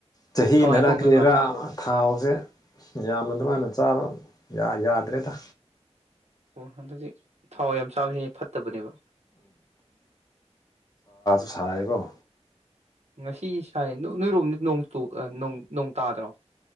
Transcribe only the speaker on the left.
ꯆꯍꯤꯅꯔ
ꯀ꯭ꯔꯤꯔꯥ ꯊꯥꯎꯁꯦ ꯌꯥꯝꯅ ꯑꯗꯨꯃꯥꯏꯅ
ꯆꯥꯕ ꯌꯥ ꯌꯥꯗ꯭ꯔꯦꯗ
ꯁꯥꯏꯌꯦꯀꫭ